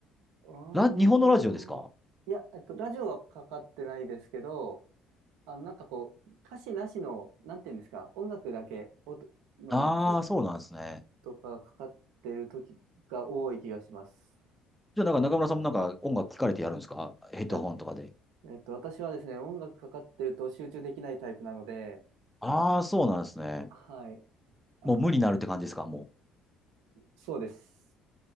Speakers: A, on the right; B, in the centre.
A: うーん。
B: ラ、日本のラジオですか
A: いや、えっと、ラジオはかかってないですけど、あの、なんかこう、歌詞なしの、なんていうんですか、音楽だけ音のやつ
B: ああー、そうなんですね。
A: とかがかかってる時が多い気がします。
B: じゃあ、なんか中村さんもなんか音楽聞かれてやるんですかヘッドホンとかで。
A: いや、えっと、私はですね、音楽かかってると集中できないタイプなので、
B: ああ、そうなんですね。
A: はい、あの、
B: もう無になるって感じですか、も
A: そうです。